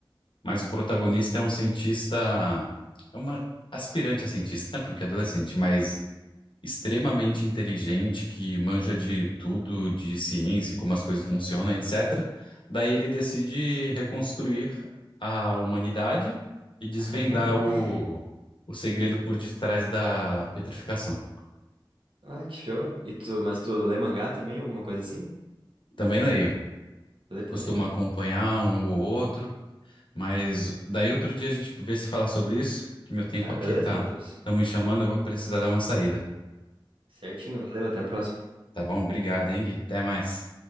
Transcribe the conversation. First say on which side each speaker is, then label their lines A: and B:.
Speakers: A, on the left; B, on the right.
A: Mas o protagonista é um cientista, é uma aspirante a cientista, né? Porque é adolescente, mas extremamente inteligente, que manja de tudo, de ciência, como as coisas funcionam, etcétera Daí ele decide reconstruir a humanidade e desvendar
B: <laughs>
A: o, o segredo por detrás da petrificação.
B: Ah, que show. E tu, mas tu lê mangá também? Alguma coisa assim?
A: Também leio.
B: Lê também?
A: costuma acompanhar um ou outro, mas daí outro dia a gente vê se fala sobre isso, que meu tempo
B: Ah,
A: aqui
B: beleza,
A: tá,
B: Matheus.
A: estão me chamando, eu vou precisar dar uma saída.
B: Certinho, valeu, até a próxima.
A: Tá bom? Obrigado, hein, Gui? Até mais.